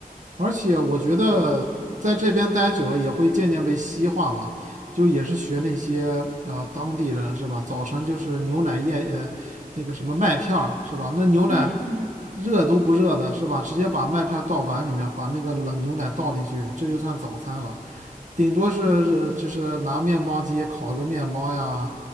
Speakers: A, on the right; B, in the centre.
A: 而且我觉得在这边待久了也会渐渐被西化吧，就也是学那些啊、呃当地人是吧？早晨就是牛奶液呃那个什么麦片儿是吧？那牛奶
B: 嗯嗯，嗯
A: 热都不热的是吧？直接把麦片倒碗里面，把那个冷牛奶倒进去，这就算早餐了。顶多是呃就是拿面包机烤个面包呀，